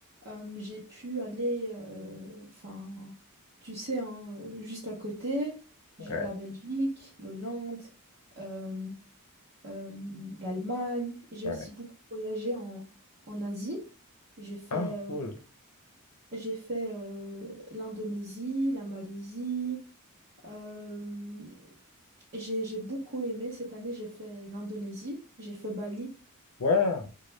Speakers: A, on the right; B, on the left.
A: Euh, j'ai pu aller, euh, enfin, tu sais, hein, euh, juste à côté,
B: Ouais,
A: j'ai la Belgique, l'Hollande, euh, euh, l'Allemagne. J'ai
B: ouais.
A: aussi beaucoup voyagé en, en Asie. J'ai fait,
B: Ah,
A: euh,
B: cool.
A: j'ai fait euh, l'Indonésie, la Malaisie. euh, j'ai, j'ai beaucoup aimé. Cette année, j'ai fait l'Indonésie, j'ai fait Bali.
B: Ouais,